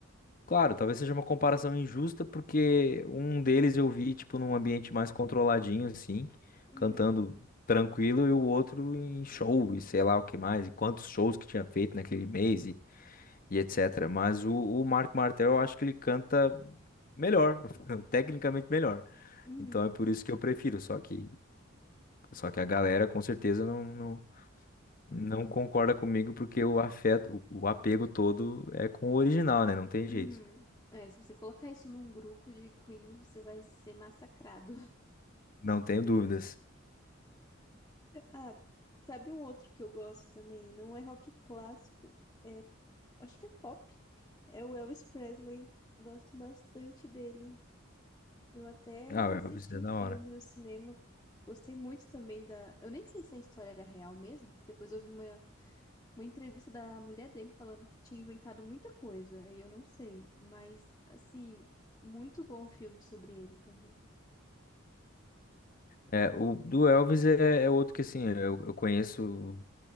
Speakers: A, on the left; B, on the left.
A: Claro, talvez seja uma comparação injusta, porque um deles eu vi, tipo, num ambiente mais controladinho, assim,
B: Uhum,
A: cantando tranquilo, e o outro em show, e sei lá o que mais, e quantos shows que tinha feito naquele mês, e, e etc. Mas o, o Marco Martel, eu acho que ele canta melhor, <laughs> tecnicamente melhor.
B: uhum,
A: Então é por isso que eu prefiro, só que, só que a galera com certeza não, não, não concorda comigo, porque o afeto, o, o apego todo é com o original, né? Não tem jeito.
B: uhum. É, se você colocar isso num grupo de cream, você vai ser massacrado. <laughs>
A: Não tenho dúvidas.
B: Ah, sabe um outro que eu gosto também? Não é rock clássico, é, acho que é pop. É o Elvis Presley. Gosto bastante dele. Eu até
A: Ah, o Elvis
B: assisti
A: é
B: o
A: da
B: filme
A: hora.
B: no cinema. Gostei muito também da. Eu nem sei se a história era real mesmo, porque depois eu vi uma uma entrevista da mulher dele falando que tinha inventado muita coisa, aí eu não sei, mas assim, muito bom filme sobre ele também.
A: É, o do Elvis é, é outro que assim, eu, eu conheço,